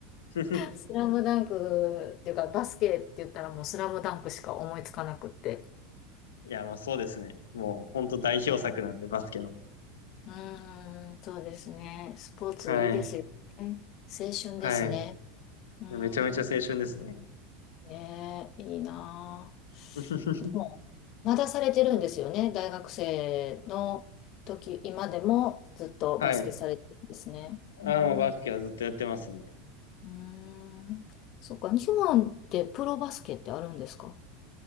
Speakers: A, on the left; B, on the left.
A: <laughs>
B: スラムダンクっていうか、バスケって言ったらもうスラムダンクしか思いつかなくって。
A: いや、もうそうですね。もう本当代表作なんで、バスケの。
B: うーん、そうですね。スポーツいいですよね。
A: はい。
B: 青春ですね。
A: はい。い
B: うー
A: やめちゃめちゃ青春ですね。
B: ん、ねえ、いいなあ。
A: <laughs>
B: でも、まだされてるんですよね。大学生の時、今でもずっとバスケされてるんですね。
A: はい。
B: うん、
A: あ、もうバスケはずっとやってますね。
B: うーん。そっか、日本ってプロバスケってあるんですか